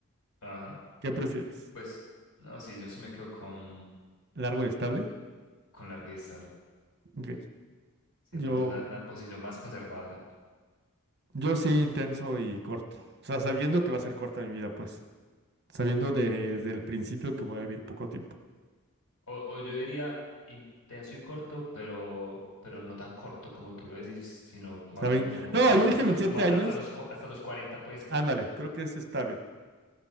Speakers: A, on the left (about 85°); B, on the right (about 50°).
A: Ajá.
B: ¿Qué prefieres?
A: Pues, no, sí, yo sí me quedo con,
B: ¿Largo y estable?
A: con largo y estable.
B: Ok.
A: Sí,
B: Yo,
A: de pronto es una, una posición más conservadora.
B: yo sí intenso y corto. O sea, sabiendo que va a ser corta mi vida, pues. Sabiendo de- desde el principio que voy a vivir poco tiempo.
A: O, o yo diría intenso y corto, pero, pero no tan corto como tú lo decís, sino más
B: ¿Saben?
A: bien como,
B: No,
A: como
B: yo dije
A: hasta
B: 27
A: los, como hasta,
B: años.
A: hasta los, cua- hasta los cuarenta puede ser.
B: Ándale, creo que eso está bien.